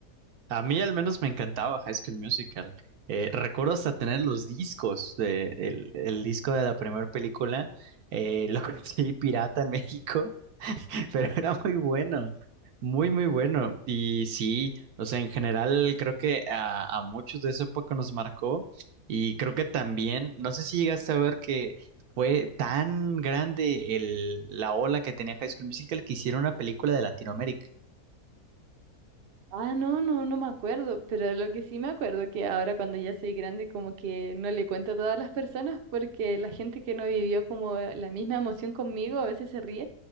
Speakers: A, on the right; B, on the right.
A: A mí al menos me encantaba High School Musical. Eh, recuerdo hasta tener los discos de el, el disco de la primera película. eh, lo <laughs> conseguí pirata en México <laughs> pero era muy bueno, muy, muy bueno. Y sí, o sea, en general creo que a, a muchos de esa época nos marcó y creo que también, no sé si llegaste a ver que fue tan grande el, la ola que tenía High School Musical que hicieron una película de Latinoamérica.
B: Ah, no, no, no me acuerdo, pero lo que sí me acuerdo que ahora cuando ya soy grande como que no le cuento a todas las personas porque la gente que no vivió como la misma emoción conmigo a veces se ríe